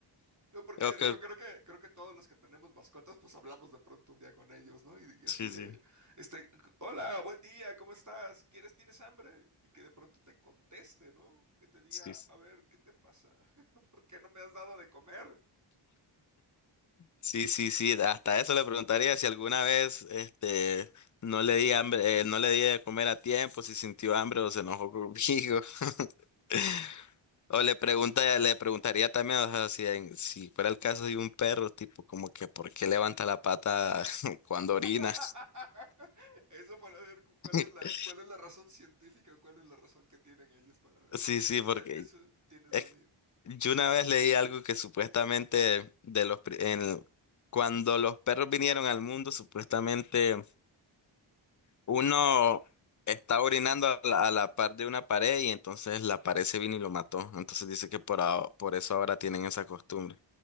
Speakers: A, on the right; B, on the left.
A: no, Porque
B: Ok,
A: digo, creo que, creo que todos los que tenemos mascotas, pues hablamos de pronto un día con ellos, ¿no? Y, y
B: sí,
A: así de,
B: sí,
A: este, hola, buen día, ¿cómo estás? ¿Quieres, tienes hambre? Y que de pronto te conteste, ¿no? Que te diga,
B: sí.
A: a ver, ¿qué te pasa? <laughs> ¿Por qué no me has dado de comer?
B: Sí, sí, sí, hasta eso le preguntaría si alguna vez este no le di hambre, eh, no le di de comer a tiempo, si sintió hambre o se enojó conmigo. <laughs> O le pregunta, le preguntaría también, o sea, si, en- si fuera el caso de un perro, tipo como que por qué levanta la pata <laughs> cuando orina.
A: <laughs> Eso para ver cu- cuál
B: <laughs>
A: es la, cuál es la razón científica, cuál es la razón que tienen ellos para verlo.
B: Sí,
A: Sí,
B: sí,
A: eso está,
B: porque
A: eso tienes
B: es-
A: buena idea.
B: yo una vez leí algo que supuestamente de los pri- en- cuando los perros vinieron al mundo, supuestamente Uno está orinando a la, a la par de una pared y entonces la pared se vino y lo mató. Entonces dice que por, aho- por eso ahora tienen esa costumbre